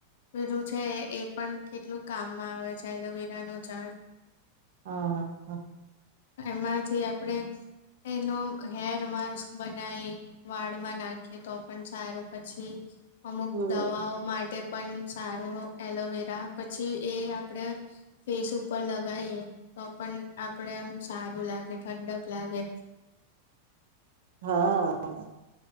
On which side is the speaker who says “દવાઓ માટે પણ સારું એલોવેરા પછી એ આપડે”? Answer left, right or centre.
Left